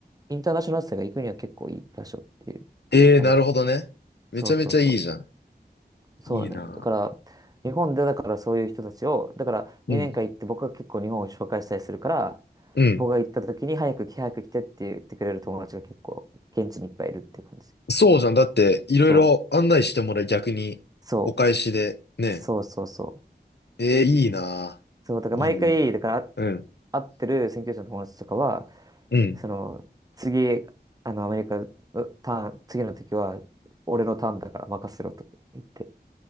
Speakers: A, on the right; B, on the left.
A: インターナショナル生が行くには結構いい場所っていう感じかな。
B: ええー、なるほどね。めちゃめちゃいいじゃん。
A: そうそうそう。そうなのよ。
B: いいな。
A: だから、日本でだからそういう人たちを、だから2年間行って僕が結構日本を紹介したりするから、
B: うん。うん。
A: 僕が行った時に早く来、早く来てって言ってくれる友達が結構現地にいっぱいいるっていう感じ。
B: そうじゃん。だって、いろいろ案内してもらい、
A: そう、
B: 逆に、
A: そ
B: お返しで、
A: う、
B: ね。
A: そうそうそう。
B: ええー、いいな。
A: そう、だから毎回、
B: いいな、いいな。
A: だから
B: うん。
A: 会ってる宣教師の友達とかは、
B: うん。
A: その、次、あの、アメリカ、うターン、次の時は、俺のターンだから任せろと言って。